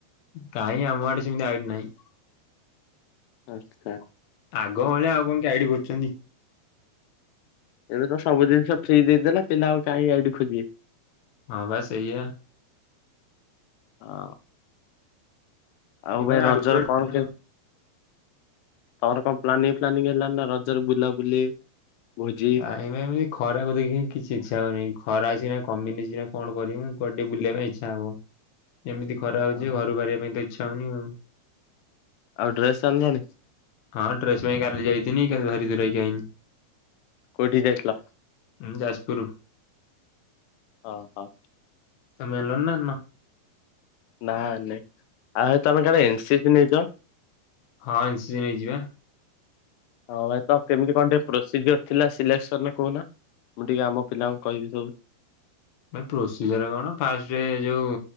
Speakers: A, on the left; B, on the left.
A: କାହିଁ ଆମ ୟେଆଡେ ସେମିତି ଆଇଡି ନାଇ।
B: ଆଚ୍ଛା।
A: ଆଗ ଭଳିଆ ଆଉ କଣ କିଏ ଆଇଡି ଖୋଜୁଛନ୍ତି।
B: ଏବେ ତ ସବୁ ଜିନିଷ ଫ୍ରି ଦେଇଦେଲା ପିଲା ଆଉ କାଇ ଆଇଡି ଖୋଜିିବେ।
A: ହଁ ବା ସେଇଆ।
B: ହଁ। ଆଉ
A: ସେଇପାଇଁ
B: ଭାଇ ରଜର
A: ଆଗରୁ
B: କଣ
A: ଥିଲା।
B: କେ ତମର କଣ ପ୍ଲାନିଂ ଫ୍ଲାନିଂ ହେଲାନ ନା ରଜରେ ବୁଲାବୁଲି ଭୋଜି
A: କାଇଁ ଭାଇ ଏମିତି ଖରାକୁ ଦେଖିକି କିଛି ଇଚ୍ଛା ହଉନି ଖରା ଅଛିନା କମିିନି <unintelligible> କଣ କରିବିଁ ଟିକେ ବୁଲିବା ପାଇଁ ଇଚ୍ଛା ହବ।
B: <inaudible>
A: ଏମିତି ଖରା ହଉଛି
B: ହଁ।
A: ଯେ ଘରୁ ବାହାରିବା ପାଇଁ କେ ଇଚ୍ଛା ହଉନି ଆଉ।
B: ଆଉ ଡ୍ରେସ <unintelligible>
A: ହଁ ଟ୍ରେସ ପାଇଁ କାଲି ଯାଇ ଥିଲି କାଲି ଘରି ଧୂରେିାଇଁ <unintelligible>
B: କୋଉଠି ଯାଇଥିଲ?
A: ହଁ ଯାଜପୁର।
B: ହଁ ହଁ।
A: <unintelligible>
B: ନା ନାଇଁ ଆଉତ ତମେ କେବେ ଏନ ସି ସି ନେଇଛ?
A: ହଁ ଏନ୍ ସି ନେଇଛି ବା।
B: ହଁ ଭାଇ ତ କେମିତି କଣ ଟିକେ ପ୍ରୋସିଜିର ଥିଲା ସିଲେକ୍ସନ ନା କହୁହନା ମୁଁ ଟିକେ ଆମ ପିଲାଙ୍କୁ କହିବି ସବୁ
A: ଏ ପ୍ରୋସିଜର କଣ ଫାଷ୍ଟ ଯୋଉ